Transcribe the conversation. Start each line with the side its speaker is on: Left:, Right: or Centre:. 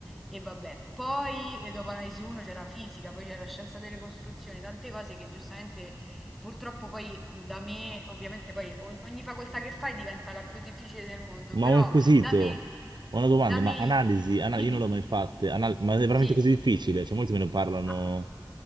Centre: E vabbè, poi eh, dopo analisi 1 c'era fisica, poi c'era scienza delle costruzioni, tante cose che giustamente purtroppo poi da me, ovviamente poi ogni, ogni facoltà che fai diventa la più difficile del mondo,
Right: Ma
Centre: però
Right: ho un quesito,
Centre: da me,
Right: ho una domanda,
Centre: da me,
Right: ma analisi, ana-
Centre: dimmi,
Right: io non l'ho mai fatta, ma è veramente
Centre: sì.
Right: così difficile? Cioè molti me ne parlano,
Centre: ah,